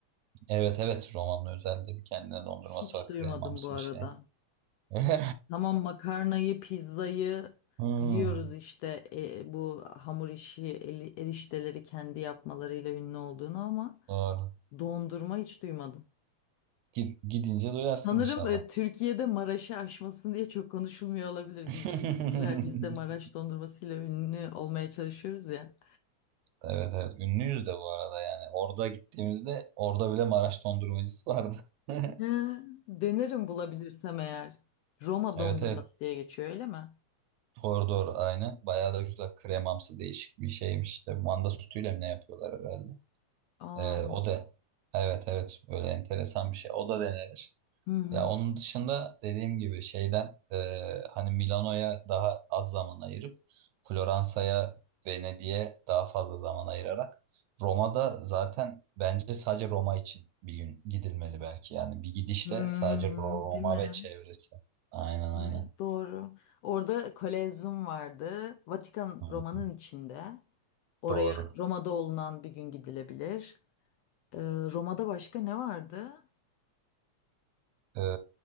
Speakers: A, on the right (about 75°); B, on the left (about 80°).
A: Evet evet Roma'nın özelde bir kendine dondurması
B: Hiç
A: var.
B: duymadım
A: Kremamsı
B: bu arada.
A: bir şey. <laughs>
B: Tamam makarnayı, pizzayı
A: Hmm,
B: biliyoruz işte e, bu hamur işi, eli- erişteleri kendi yapmalarıyla ünlü olduğunu ama
A: doğru.
B: dondurma hiç duymadım.
A: Git, gidince duyarsın
B: Sanırım
A: inşallah.
B: e, Türkiye'de Maraş'ı aşmasın diye çok konuşulmuyor olabilir.
A: <laughs>
B: Bizler biz de Maraş dondurmasıyla ünlü olmaya çalışıyoruz ya.
A: Evet evet ünlüyüz de bu arada yani. Orada gittiğimizde orada bile Maraş dondurmacısı vardı. <laughs>
B: He, denerim bulabilirsem eğer. Roma
A: Evet
B: dondurması
A: evet
B: diye geçiyor öyle mi?
A: Doğru doğru aynen. Bayağı da güzel kremamsı değişik bir şeymiş. İşte manda sütüyle mi ne yapıyorlar herhalde.
B: Aman.
A: Ee, o da evet evet böyle enteresan bir şey. O da denenir.
B: Hı hı.
A: Ya onun dışında dediğim gibi şeyden e, hani Milano'ya daha az zaman ayırıp Floransa'ya Venedik'e daha fazla zaman ayırarak Roma'da zaten bence sadece Roma için bir gün gidilmeli belki. Yani bir gidişte
B: Hmm,
A: sadece Roma
B: değil mi?
A: ve çevresi. Aynen
B: Değil
A: aynen.
B: mi? Doğru. Orada Kolezyum vardı. Vatikan
A: Hı
B: Roma'nın
A: hı.
B: içinde. Oraya
A: Doğru.
B: Roma'da olunan bir gün gidilebilir. Ee, Roma'da başka ne vardı?
A: e,